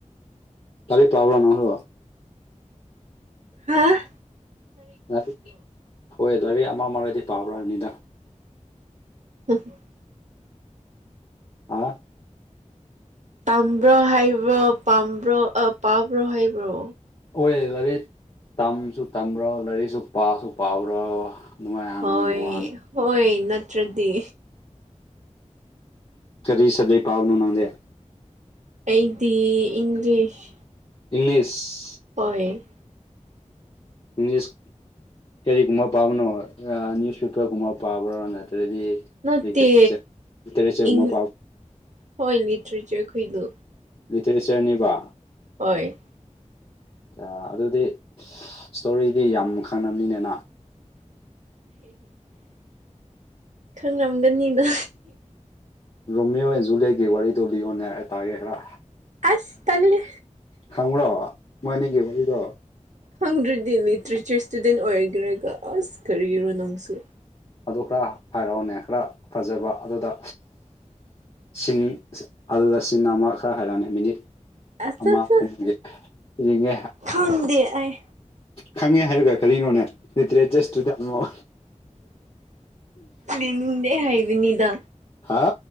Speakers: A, on the left; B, on the right.
A: ꯂꯥꯏꯔꯤꯛ ꯄꯥꯕ꯭ꯔꯣ ꯅꯪ ꯍꯨ
B: ꯍꯥ
A: ꯂꯥꯏꯔꯤꯛ ꯍꯣꯏ ꯂꯥꯏꯔꯤꯛ ꯑꯃ ꯑꯃꯒꯗꯤ ꯄꯥꯕ꯭ꯔ ꯍꯥꯏꯕꯅꯤꯗ
B: <unintelligible>
A: ꯍꯥ
B: ꯇꯝꯕ꯭ꯔꯣ ꯍꯥꯏꯕ꯭ꯔꯣ ꯄꯥꯝꯕ꯭ꯔꯣ ꯑ ꯄꯥꯕ꯭ꯔꯣ ꯍꯥꯏꯕ꯭ꯔꯣ
A: ꯑꯣꯏ ꯂꯥꯏꯔꯤꯛ ꯇꯝꯁꯨ ꯇꯝꯕ꯭ꯔꯣ ꯂꯥꯏꯔꯤꯛꯁꯨ ꯄꯥꯁꯨ ꯄꯥꯕ꯭ꯔꯣ ꯑꯗꯨꯃꯥꯏꯅ ꯍꯪꯕꯒꯤ
B: ꯍꯣꯏ
A: ꯋꯥꯅꯤ
B: ꯍꯣꯏ ꯅꯠꯇ꯭ꯔꯗꯤ
A: ꯀꯔꯤ ꯁꯕꯍꯦꯛ ꯄꯥꯕꯅꯣ ꯅꯪꯗꯤ
B: ꯑꯩꯗꯤ ꯏꯪꯂꯤꯁ
A: ꯏꯪꯂꯤꯁ
B: ꯍꯣꯏ
A: ꯏꯪꯂꯤꯁ ꯀꯔꯤ ꯃꯞ ꯄꯥꯕꯅꯣ ꯑ ꯅ꯭ꯌꯨꯁꯄꯦꯄꯔꯒꯨꯝꯕ ꯄꯥꯕ꯭ꯔꯥ ꯅꯠꯇ꯭ꯔꯗꯤ
B: ꯅꯠꯇꯦ
A: ꯂꯤꯇꯔꯦꯆꯔ ꯂꯤꯇꯔꯦꯆꯔꯒꯨꯝꯕ
B: ꯏꯪ
A: ꯄꯥꯎ
B: ꯍꯣꯏ ꯂꯤꯇ꯭ꯔꯦꯆꯔ ꯑꯩꯈꯣꯏꯗꯣ
A: ꯂꯤꯇꯔꯦꯆꯔꯅꯤꯕ
B: ꯍꯣꯏ
A: ꯑ ꯑꯗꯨꯗꯤ ꯏꯁ꯭ꯇꯣꯔꯤꯗꯤ ꯌꯥꯝ ꯈꯪꯉꯝꯅꯤꯅꯦꯅ
B: ꯈꯪꯉꯝꯒꯅꯤꯗ
A: ꯔꯣꯃꯤꯌꯣ ꯑꯦꯟ ꯖꯨꯂꯦꯠꯒꯤ ꯋꯥꯔꯤꯗꯨ ꯂꯤꯌꯣꯅꯦ ꯑꯩ ꯇꯥꯒꯦ ꯈꯔ
B: ꯑꯁ ꯇꯜꯂꯦ
A: ꯈꯪꯕ꯭ꯔꯣ ꯃꯣꯏ ꯑꯅꯤꯒꯤ ꯋꯥꯔꯤꯗꯣ
B: ꯈꯪꯗ꯭ꯔꯗꯤ ꯂꯤꯇ꯭ꯔꯦꯆꯔ ꯏꯁꯇꯨꯗꯦꯟ ꯑꯣꯏꯒꯔꯒ ꯑꯁ ꯀꯔꯤꯔꯣ ꯅꯪꯁꯨ
A: ꯑꯗꯨ ꯈꯔ ꯍꯥꯏꯔꯛꯑꯣꯅꯦ ꯈꯔ ꯐꯖꯕ ꯑꯗꯨꯗ ꯁꯤꯟ ꯑꯗꯨꯗ ꯁꯤꯟ ꯑꯃ ꯈꯔ ꯍꯥꯏꯔꯛꯑꯣꯅꯦ ꯃꯤꯅꯤꯠ
B: ꯑꯠꯆꯥ
A: ꯑꯃ
B: ꯆꯥ
A: ꯍꯨꯝꯒꯤ ꯌꯦꯡꯉꯦ
B: ꯈꯪꯗꯦ ꯑꯩ
A: ꯈꯪꯉꯦ ꯍꯥꯏꯔꯒ ꯀꯔꯤꯅꯣꯅꯦ ꯂꯤꯇꯔꯦꯆꯔ ꯏꯁꯇꯨꯗ ꯍꯪꯉꯣ
B: ꯂꯩꯅꯤꯡꯗꯦ ꯍꯥꯏꯕꯅꯤꯗ
A: ꯍꯥ